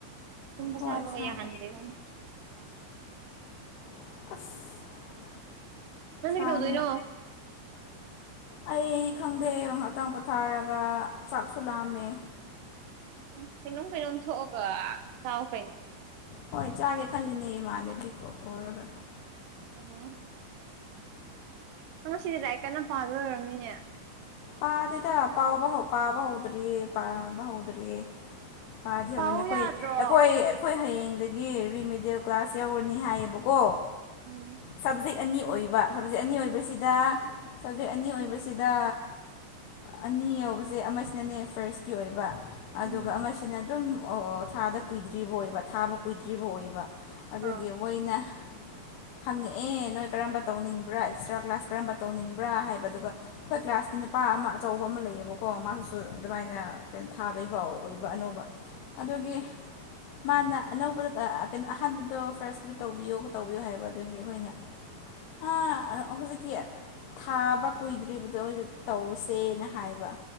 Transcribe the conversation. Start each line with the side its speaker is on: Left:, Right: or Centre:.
Right: ꯇꯕ
Left: ꯍꯣꯏ
Right: ꯁꯕꯒ
Left: ꯁꯥꯏ
Right: ꯌꯥ ꯍꯦꯕ
Left: ꯑꯁ
Right: ꯅꯪꯗꯤ
Left: ꯁꯥꯕꯅ
Right: ꯀꯩꯗꯧꯗꯣꯏꯅꯣ
Left: ꯑꯩ ꯈꯪꯗꯦ ꯉꯍꯥꯛꯇꯥꯡ ꯄꯣꯊꯥꯔꯒ ꯆꯥꯛꯁꯨ ꯂꯥꯝꯃꯦ
Right: ꯎꯝ ꯀꯩꯅꯣꯝ ꯀꯩꯅꯣꯝ ꯊꯣꯛꯑꯒ ꯆꯥꯎ ꯀꯩꯅꯣ
Left: ꯍꯣꯏ ꯆꯥꯒꯦ ꯈꯜꯂꯤꯅꯦ ꯏꯃꯥꯟꯅꯕꯤꯀꯣ ꯈꯧꯔꯒ
Right: ꯎꯝ ꯉꯁꯤꯗꯤ ꯂꯗꯥ ꯀꯟꯅ ꯄꯥꯗꯣꯏ ꯑꯣꯏꯔꯝꯅꯤꯅꯦ
Left: ꯄꯥꯗꯗ ꯄꯥꯎꯕꯕ ꯄꯥꯎꯕ ꯍꯎꯗ꯭ꯔꯤ ꯄꯥꯕ ꯍꯎꯗ꯭ꯔꯤ ꯄꯥꯗꯤ ꯍꯧꯔꯅꯦ
Right: ꯄꯥꯎ
Left: ꯑꯩꯈꯣꯏ
Right: ꯌꯥꯗ꯭ꯔꯣ
Left: ꯑꯩꯈꯣꯏ ꯑꯩꯈꯣꯏ ꯍꯌꯦꯡ ꯑꯗꯒꯤ ꯔꯤꯃꯤꯗꯦꯜ ꯀ꯭ꯂꯥꯁ ꯌꯧꯔꯅꯤ ꯍꯥꯏꯌꯦꯕꯀꯣ
Right: ꯎꯝ
Left: ꯁꯕꯖꯦꯛ ꯑꯅꯤ ꯑꯣꯏꯕ ꯁꯕꯖꯦꯛ ꯑꯅꯤ ꯑꯣꯏꯕꯁꯤꯗ ꯁꯕꯖꯦꯛ ꯑꯅꯤ ꯑꯣꯏꯕꯁꯤꯗ ꯑꯅꯤ ꯌꯧꯕꯁꯦ ꯑꯃꯁꯤꯅꯅꯦ ꯐꯔꯁꯀꯤ ꯑꯣꯏꯕ ꯑꯗꯨꯒ
Right: ꯎꯝ
Left: ꯑꯃꯁꯤꯅ ꯑꯗꯨꯝ ꯊꯥꯗ ꯀꯨꯏꯗ꯭ꯔꯤꯕ ꯑꯣꯏꯕ ꯊꯥꯕ ꯀꯨꯏꯗ꯭ꯔꯤꯕ ꯑꯣꯏꯕ ꯑꯗꯨꯒꯤ
Right: ꯑꯥ
Left: ꯃꯣꯏꯅ <unintelligible> ꯍꯪꯉꯛꯑꯦ ꯅꯣꯏ ꯀꯔꯝꯕ ꯇꯧꯅꯤꯡꯕ꯭ꯔꯥ ꯑꯦꯛꯁꯇ꯭ꯔꯥ ꯀ꯭ꯂꯥꯁ ꯀꯔꯝꯕ ꯇꯧꯅꯤꯡꯕ꯭ꯔꯥ ꯍꯥꯏꯕꯗꯨꯒ ꯑꯩꯈꯣꯏ ꯀ꯭ꯂꯥꯁ ꯅꯨꯄꯥ ꯑꯃ ꯑꯆꯧꯕ ꯑꯃ ꯂꯩꯌꯦꯕꯀꯣ ꯃꯥꯁꯤꯁꯨ ꯑꯗꯨꯃꯥꯏꯅ ꯀꯩꯅꯣ ꯊꯥꯗꯣꯏꯕ ꯑꯣꯏꯕ ꯑꯅꯧꯕ ꯑꯗꯨꯒꯤ ꯃꯥꯅ ꯑꯅꯧꯕꯗ ꯀꯩꯅꯣ ꯑꯍꯥꯟꯕꯗꯣ ꯐꯥꯔꯁꯀꯤꯗꯤ ꯇꯧꯕꯤꯌꯣ ꯇꯧꯕꯤꯌꯣ ꯍꯥꯏꯕ ꯑꯗꯨꯒꯤ ꯍꯣꯏꯅꯦ ꯑ ꯍꯧꯖꯤꯛꯀꯤ ꯊꯥꯕ ꯀꯨꯏꯗ꯭ꯔꯤꯕꯗꯣ ꯑꯩꯗꯛ ꯇꯧꯁꯦꯅ ꯍꯥꯏꯕ